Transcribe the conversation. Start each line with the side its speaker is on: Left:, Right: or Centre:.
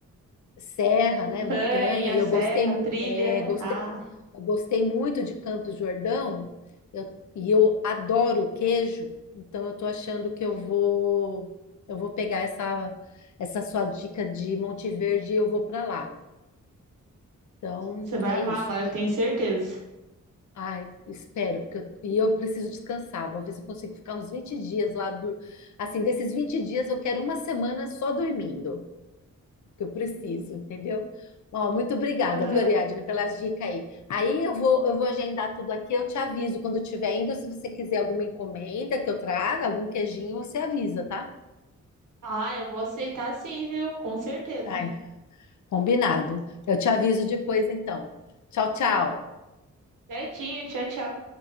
Left: serra,
Right: Montanha,
Left: né, montanha, e eu
Right: serra,
Left: gostei,
Right: trilha,
Left: é,
Right: né?
Left: gostei,
Right: Ah,
Left: Eu gostei muito de Campos do Jordão, eu- e eu adoro queijo, então eu estou achando que eu vou eu vou pegar essa essa sua dica de Monte Verde e eu vou para lá. Então,
Right: você vai
Left: é
Right: amar
Left: isso.
Right: lá, eu tenho certeza.
Left: Ai, espero, porque eu, e eu preciso descansar. Vou ver se eu consigo ficar uns 20 dias lá. do- assim, desses 20 dias, eu quero uma semana só dormindo. que eu preciso, entendeu? Ó, muito obrigada,
Right: Aham.
Left: viu, Ariadne, pelas dicas aí. Aí eu vou, eu vou agendar tudo aqui, eu te aviso quando eu estiver indo, se você quiser alguma encomenda que eu traga, algum queijinho, você avisa, tá?
Right: Ah, eu vou aceitar sim, viu? Com certeza.
Left: Ai, combinado. Eu te aviso depois, então. Tchau, tchau.
Right: Certinho, tchau, tchau.